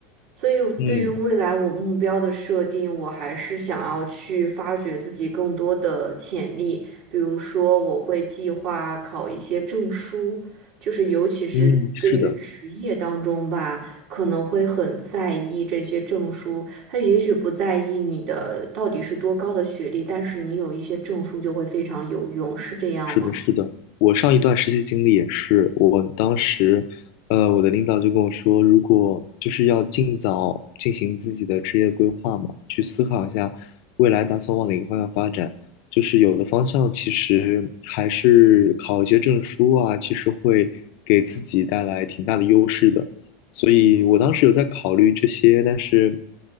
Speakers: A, on the right (about 60°); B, on the left (about 65°).
A: 所以我对于未来我目标的设定，
B: 嗯
A: 我还是想要去发掘自己更多的潜力。比如说，我会计划考一些证书，就是尤其是对于职业当中吧，
B: 嗯，是的。
A: 可能会很在意这些证书。他也许不在意你的到底是多高的学历，但是你有一些证书就会非常有用，是这样吗？
B: 是的，是的，我上一段实习经历也是，我当时，呃，我的领导就跟我说，如果就是要尽早进行自己的职业规划嘛，去思考一下未来打算往哪个方向发展。就是有的方向其实还是考一些证书啊，其实会给自己带来挺大的优势的。所以我当时有在考虑这些，但是